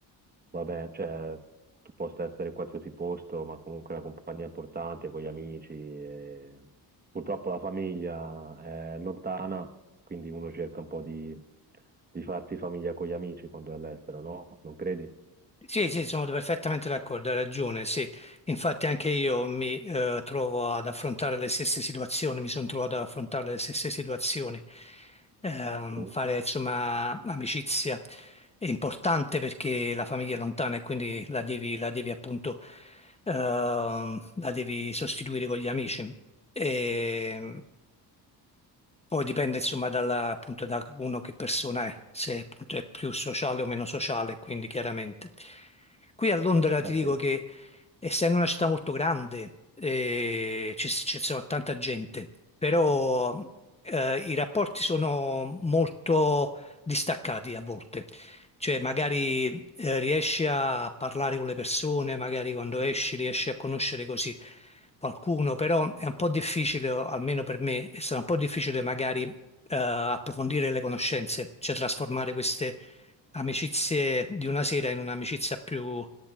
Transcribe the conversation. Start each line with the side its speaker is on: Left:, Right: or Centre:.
Right: va bene, cioè tu possa essere in qualsiasi posto, ma comunque la compagnia è importante, con gli amici. e- Purtroppo la famiglia è lontana, quindi uno cerca un po' di, di farsi famiglia con gli amici quando è all'estero, no? Non credi?
Left: Sì, sì, sono perfettamente d'accordo, hai ragione, sì. Infatti anche io mi eh, trovo ad affrontare le stesse situazioni, mi sono trovato ad affrontare le stesse situazioni. ehm,
Right: Mm.
Left: fare insomma amicizia è importante perché la famiglia è lontana e quindi la devi, la devi appunto ehm, la devi sostituire con gli amici. E, poi dipende insomma dalla, appunto da uno che persona è, se appunto è più sociale o meno sociale, quindi chiaramente. Qui a Londra ti
Right: Ah
Left: dico
Right: sì,
Left: che essendo una città molto grande eh, ci, ci sono tanta gente, però eh, i rapporti sono molto distaccati a volte. Cioè magari eh, riesci a parlare con le persone, magari quando esci riesci a conoscere così qualcuno, però è un po' difficile, o almeno per me, è stato un po' difficile magari eh, approfondire le conoscenze, cioè trasformare queste amicizie di una sera in un'amicizia più,